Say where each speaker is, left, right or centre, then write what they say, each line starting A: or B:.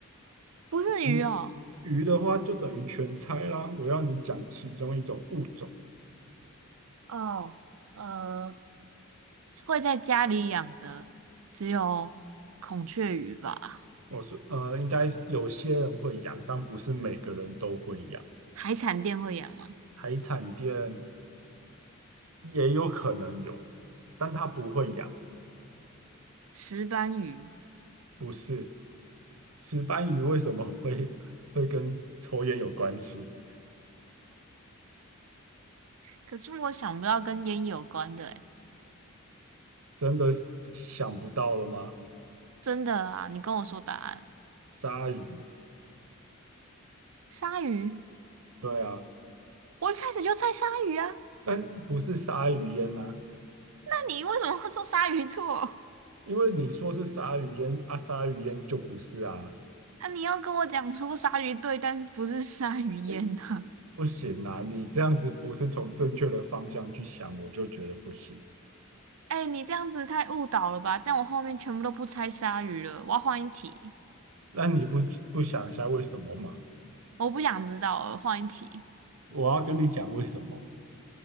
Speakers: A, on the right; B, on the right.
A: 不是鱼哦，
B: 鱼，鱼的话就等于全猜啦。我要你讲其中一种物种。
A: 哦，呃，会在家里养的只有孔雀鱼吧？
B: 我是呃，应该有些人会养，但不是每个人都会养。
A: 海产店会养吗？
B: 海产店也有可能有，但他不会养。
A: 石斑鱼，
B: 不是石斑鱼为什么会会跟抽烟有关系？
A: 可是我想不到跟烟有关的诶，
B: 真的是想不到了吗？
A: 真的啊，你跟我说答案。
B: 鲨鱼，
A: 鲨鱼，
B: 对啊，
A: 我一开始就猜鲨鱼啊，
B: 但不是鲨鱼烟呐、
A: 那你为什么会说鲨鱼错？
B: 因为你说是鲨鱼烟啊，鲨鱼烟就不是啊，
A: 啊，你要跟我讲说鲨鱼对，但是不是鲨鱼烟呢、
B: 哎，
A: 啊？
B: 不行啊，你这样子不是从正确的方向去想，我就觉得不行。
A: 哎，你这样子太误导了吧？这样我后面全部都不猜鲨鱼了，我要换一题。
B: 那你不不想一下为什么吗？
A: 我不想知道了，换一题，
B: 我要跟你讲为什么，